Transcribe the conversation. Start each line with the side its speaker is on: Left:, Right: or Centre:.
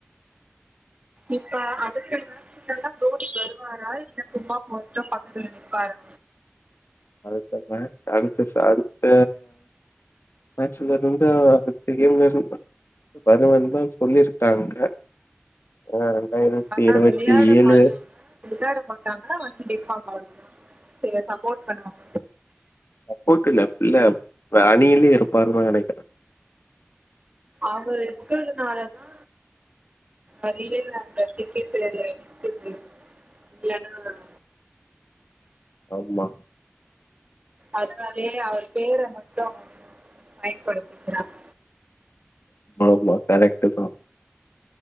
Right: இப்ப அடுத்து எலக்சன்ல மோடி வருவாரா இல்ல சும்மா போட்டுன் பக்கத்துல நிப்பாரா
Left: அடுத்த ச அடுத்த ச அடுத்த மேட்ச்ல இருந்து அடுத்த கேம்ல இருந் வருவந்தா சொல்லிருக்காங்க ஆ ரெண்டாயிரத்தி
Right: ஆனா
Left: இருவத்தி
Right: விளையாட
Left: ஏழு
Right: மாட்டாங்க விளையாட மாட்டாங்க வந்து நிப்பாங்க அவ்ளதா சப்போர்ட் பண்ணுவாங்க
Left: சப்போர்ட் இல்ல இல்ல அணியிலே இருப்பாங்க நெனைக்கிறே
Right: அவரு இருக்கிற நாளதா அறிவே இல்ல <unintelligible> டிக்கெட்டு <unintelligible>
Left: ஆமா
Right: அதனாலேயே அவர் பேர மட்டு பயன்படுத்திக்கிறாங்க
Left: ஆமா கரெக்டுதா